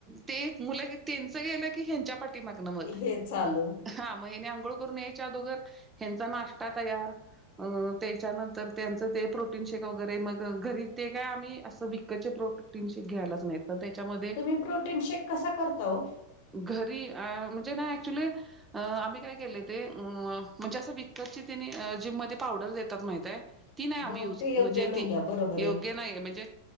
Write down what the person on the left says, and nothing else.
हे चालू
तुम्ही प्रोटीन शेक कसा करता ओ?
हो
ते योग्य
नाही
आहे बरोबर
आहे